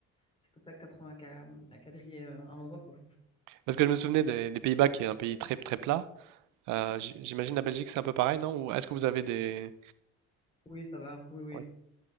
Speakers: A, on the left (about 20°); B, on the right (about 80°).
A: C'est comme ça que tu apprends à, ca- à quadriller euh, un endroit, quoi.
B: Parce que je me souvenais des, des Pays-Bas qui est un pays très très plat. Euh, j- j'imagine la Belgique, c'est un peu pareil, non? Ou est-ce que vous avez des...
A: Oui, ça va, oui, oui.
B: Ouais.